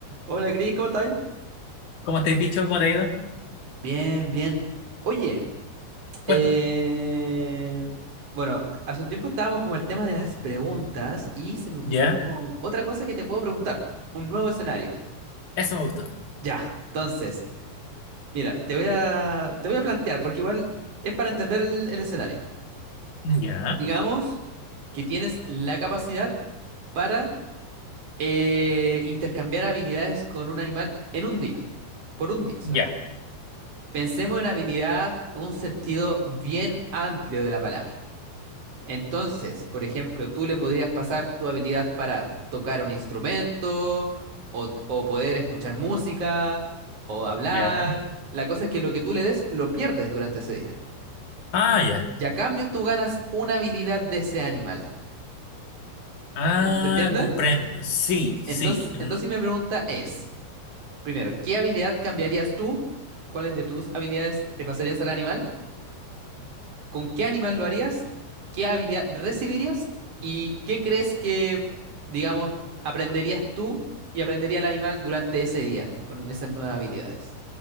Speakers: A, on the right; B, on the left.
A: Hola Cris, ¿cómo estás?
B: ¿Cómo te has dicho? ¿Cómo te ha ido?
A: Bien, bien. Oye,
B: Cuéntame.
A: eh, bueno, hace un tiempo estábamos con el tema de las preguntas y se me ocurrió
B: ¿Ya?
A: otra cosa que te puedo preguntar, un nuevo escenario.
B: Eso me gustó.
A: Ya, entonces, mira, te voy a, te voy a plantear, porque igual es para entender el, el escenario.
B: ¿Ya?
A: Digamos que tienes la capacidad para eh, intercambiar habilidades con un animal en un día, por un día solamente.
B: ¿Ya?
A: Pensemos en habilidad, un sentido bien amplio de la palabra. Entonces, por ejemplo, tú le podrías pasar tu habilidad para tocar un instrumento, o, o poder escuchar música, o hablar.
B: ¿Ya?
A: La cosa es que lo que tú le des lo pierdes durante ese día.
B: Ah, ya.
A: Y a cambio tú ganas una habilidad de ese animal.
B: Ah,
A: ¿Se entiende?
B: comprendo. Sí,
A: Entonces,
B: sí.
A: entonces
B: No-
A: mi pregunta es, primero, ¿qué habilidad cambiarías tú? ¿Cuáles de tus habilidades le pasarías al animal? ¿Con qué animal lo harías? ¿Qué habilidad recibirías? ¿Y qué crees que, digamos, aprenderías tú y aprendería el animal durante ese día con esas nuevas habilidades?